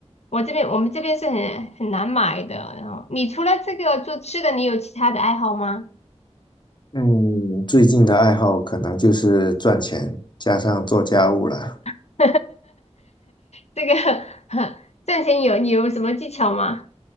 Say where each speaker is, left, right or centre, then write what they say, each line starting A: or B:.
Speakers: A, on the left (about 65°); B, on the left (about 40°).
A: 我这边我们这边是很很难买的。然后，你除了这个做吃的，你有其他的爱好吗？
B: 嗯，最近的爱好可能就是赚钱，加上做家务了。
A: <laughs> 这个 <laughs> 赚钱有你有什么技巧吗？